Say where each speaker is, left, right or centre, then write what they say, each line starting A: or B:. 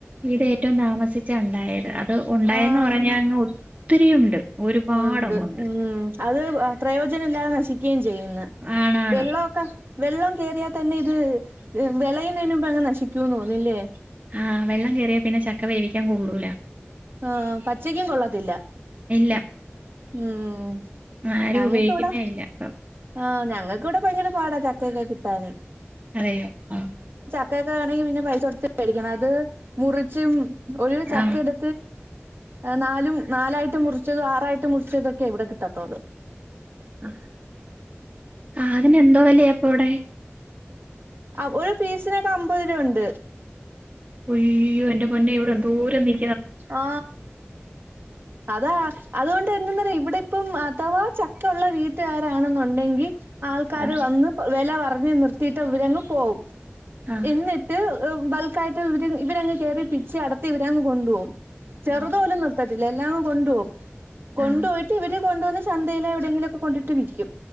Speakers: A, on the right (about 35°); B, on the right (about 55°).
A: ഇത് ഏറ്റവും താമസിച്ച ഉണ്ടായരുന്നു അത് ഉണ്ടായന്ന്
B: ആഹ്
A: പറഞ്ഞാ അങ്ങ് ഒത്തിരിയുണ്ട് ഒരുപാടങ്ങുണ്ട്
B: ഉണ്ട് ഉം അത് വാ പ്രയോജനല്ലാതെ നശിക്കുകയും ചെയ്യുന്ന്
A: ആണാണ്
B: വെള്ളൊക്കെ വെള്ളം കെറിയാൽ തന്നെ ഇത് വിളയുംന്നതിന് മുമ്പ് അങ്ങ് നശിക്കൂന്ന് തോന്നില്ലേ
A: ആഹ് വെള്ളം കെറിയാ പിന്നെ ചക്ക വേവിക്കാൻ കൊള്ളൂല.
B: ആ പച്ചക്കും കൊള്ളത്തില്ല
A: ഇല്ല
B: ഉം
A: ആരും
B: ഞങ്ങക്ക്
A: ഉപയോഗിക്കുന്നേ
B: ഇവിടെ
A: ഇല്ല ഇപ്പം
B: ആ ഞ ഞങ്ങക്ക് വിടെ ഭയങ്കര പാടാ ചക്കയൊക്കെ കിട്ടാൻ
A: അരയോ ആ
B: <unintelligible> ആണെങ്കിൽ പിന്നെ പൈസ കൊടുത്ത് മേടിക്കണം അത് മുറിച്ചും ഒരു
A: ആഹ്
B: ചക്ക എടു നാലും നാലായിട്ട് മുറിച്ചതും ആറായിട്ട് മുറിച്ചതൊക്കെ ഇവിടെ കിട്ടത്തോള്ളൂ.
A: ആ ആ അതിനെന്തോ വിലയാ അപ്പം വിടെ?
B: ആ ഒരു പീസിനൊക്കെ അമ്പത് രൂപ ഇണ്ട്.
A: ഒയ്യോ എന്റെപൊന്നെ ഇവിടെ എന്തോരം നെ
B: ആ അതാ അതുകൊണ്ട് എന്താന്നറിയുവോ ഇവിടെ ഇപ്പം അഥവാ ചക്ക ഉള്ള വീ ട്ട് കരാണെന്നുണ്ടെങ്കിൽ ആൾക്കാര്
A: ആഹ്
B: വന്ന് വെല പറഞ് നിർത്തിയിട്ട് ഇവരങ്ങ് പോവും.
A: ആഹ്
B: എന്നിട്ട് ങ് ബൾക്കായിട്ട് ഇവ ഇവരങ് കേറി പിച്ച് അടത്തി ഇവരങ്ങ് കൊണ്ടു പോകും. ചെറുതു
A: ഉം
B: പോലും നിർത്ത ല്ല ലെല്ലാം കൊണ്ടുപോകും. കൊണ്ടു
A: ആഹ്
B: പോയിട്ട് ഇവര് കൊണ്ടുവന്ന് ചന്തയില് എവിടെങ്കിലൊക്കെ കൊണ്ടിട്ട് വിൽക്കും.